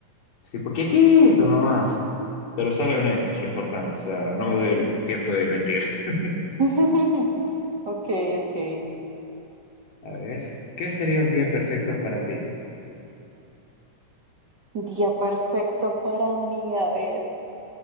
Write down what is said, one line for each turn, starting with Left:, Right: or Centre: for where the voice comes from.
Left: sí, poquitito nomás. Pero sale honesto, es lo importante. O sea, no me doy el tiempo de mentir. <laughs>
Right: <laughs> Ok, ok.
Left: A ver, ¿qué sería un día perfecto para ti?
Right: Día perfecto para mí. A ver,